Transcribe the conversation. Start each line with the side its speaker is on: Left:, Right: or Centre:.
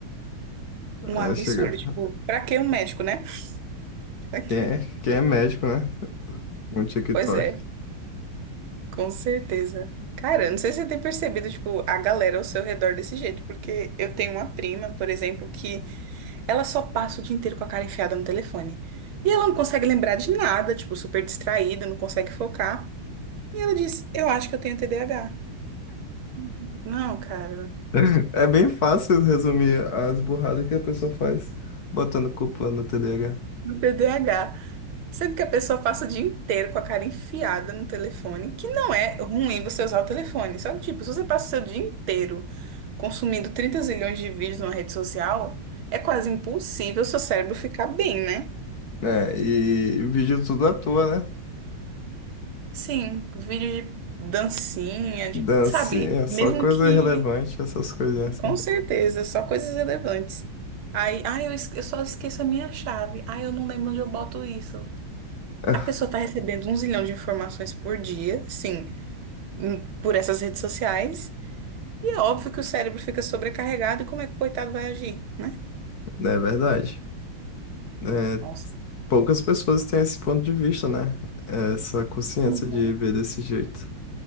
Left: a,
Right: Um absurdo,
Left: a chegar.
Right: tipo, pra que um médico, né? <laughs>
Left: Quem é, quem é médico, né? Um TikTok.
Right: Pois é. Com certeza. Cara, não sei se você tem percebido, tipo, a galera ao seu redor desse jeito, porque eu tenho uma prima, por exemplo, que ela só passa o dia inteiro com a cara enfiada no telefone. E ela não consegue lembrar de nada, tipo, super distraída, não consegue focar. E ela disse Eu acho que eu tenho TDAH. Não, cara,
Left: <laughs> É bem fácil resumir as burradas que a pessoa faz botando culpa no TDAH.
Right: no TDAH. Sendo que a pessoa passa o dia inteiro com a cara enfiada no telefone, que não é ruim você usar o telefone. Só que, tipo, se você passa o seu dia inteiro consumindo 30 zilhões de vídeos numa rede social, é quase impossível seu cérebro ficar bem, né?
Left: É, e vídeo tudo à toa, né?
Right: Sim, vídeo de dancinha, de,
Left: Dancinha,
Right: sabe?
Left: só
Right: Mesmo
Left: coisa
Right: que,
Left: irrelevante, essas coisinhas,
Right: com
Left: né?
Right: certeza, só coisas relevantes. Aí, ai, eu, esque- eu só esqueço a minha chave. Ai, eu não lembro onde eu boto isso.
Left: <laughs>
Right: A pessoa tá recebendo um zilhão de informações por dia, sim. hum, por essas redes sociais. E é óbvio que o cérebro fica sobrecarregado e como é que o coitado vai agir, né?
Left: É verdade. É,
Right: Nossa.
Left: poucas pessoas têm esse ponto de vista, né? Essa consciência
Right: Uhum.
Left: de ver desse jeito.